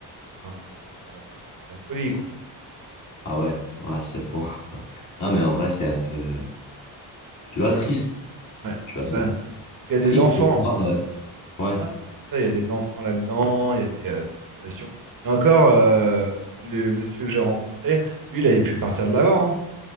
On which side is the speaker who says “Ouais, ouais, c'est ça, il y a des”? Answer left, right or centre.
Right